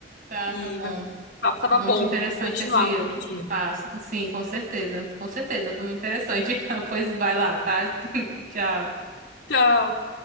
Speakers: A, on the right; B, on the left.
A: Tá,
B: E
A: tá bom.
B: mas o papo tava
A: Muito
B: bom.
A: interessante
B: Vamos continuar
A: esse
B: outro dia.
A: passo. Sim, com certeza. Com certeza, foi muito interessante. <laughs> Pois vai lá, tá? Tchau.
B: Tchau.